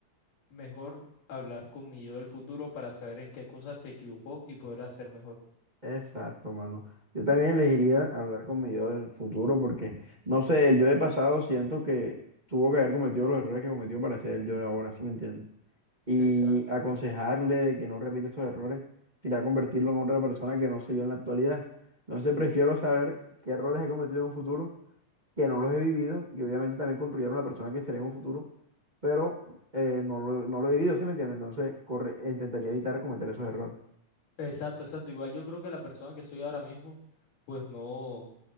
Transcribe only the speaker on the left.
Mejor hablar con mi yo del futuro para saber en qué cosas se equivocó y poder hacer mejor.
Exacto.
Exacto, exacto. Igual yo creo que la persona que soy ahora mismo, pues no,